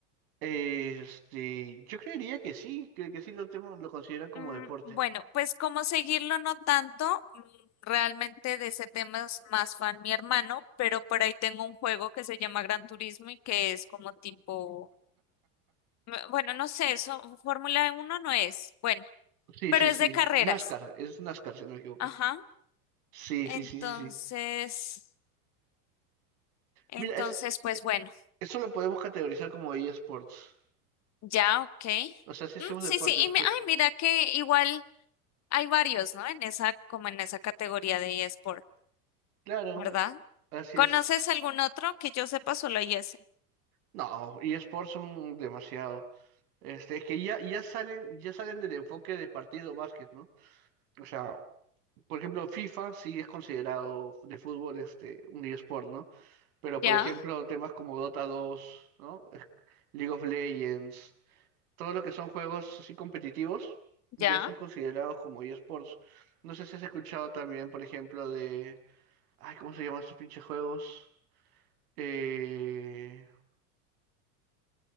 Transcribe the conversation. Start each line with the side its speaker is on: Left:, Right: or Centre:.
Right: Este, yo creería que sí, que, que sí lo, temo- lo consideran como
Left: Mm,
Right: deporte.
Left: Bueno, pues como seguirlo no tanto, mm, realmente de ese tema es más fan mi hermano, pero por ahí tengo un juego que se llama Gran Turismo y que es como tipo, mm, bueno, no sé, eso, Fórmula uno no es, bueno,
Right: Sí,
Left: pero
Right: sí,
Left: es
Right: sí.
Left: de carreras.
Right: NASCAR, es NASCAR si no me equivoco.
Left: Ajá.
Right: Sí,
Left: Entonces,
Right: sí, sí, sí, sí.
Left: entonces,
Right: Mira, eso,
Left: pues bueno,
Right: eso lo podemos categorizar como eSports.
Left: ya, ok.
Right: O sea, si hacemos
Left: Mm, sí,
Right: deportes,
Left: sí, y
Right: pero-
Left: mi- ay, mira que igual hay varios, ¿no? En esa, como en esa categoría de eSport,
Right: claro,
Left: ¿verdad?
Right: así
Left: ¿Conoces
Right: es.
Left: algún otro que yo sepa solo hay ese?
Right: No, eSports son demasiado. Este, es que ya, ya salen, ya salen del enfoque de partido básquet, ¿no? O sea, por ejemplo, FIFA sí es considerado de fútbol este, un eSport, ¿no? Pero por
Left: Ya,
Right: ejemplo, temas como Dota 2, ¿no? <laughs> League of Legends, todo lo que son juegos así competitivos, ya
Left: ya,
Right: son considerados como eSports. No sé si has escuchado también, por ejemplo, de. Ay, ¿cómo se llaman esos pinches juegos? Eh,